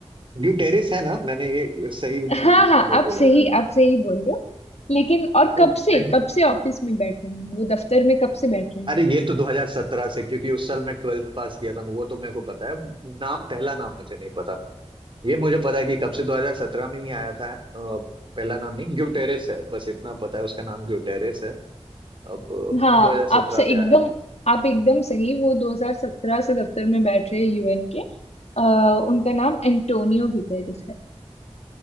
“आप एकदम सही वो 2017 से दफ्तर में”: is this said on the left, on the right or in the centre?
Left